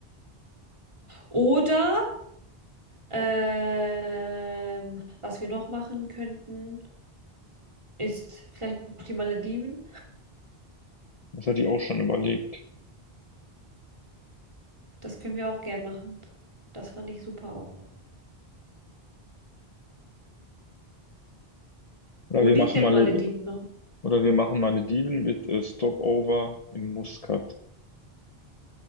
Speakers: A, on the right; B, on the left.
A: Oder Ähm, was wir noch machen könnten, ist vielleicht noch die Malediven.
B: das hatte ich auch schon überlegt.
A: Das können wir auch gern machen. Das fand ich super auch.
B: Oder
A: Wo
B: wir
A: liegt
B: machen
A: denn
B: mal,
A: Malediven noch?
B: oder wir machen Malediven mit äh, Stopover in Muscat.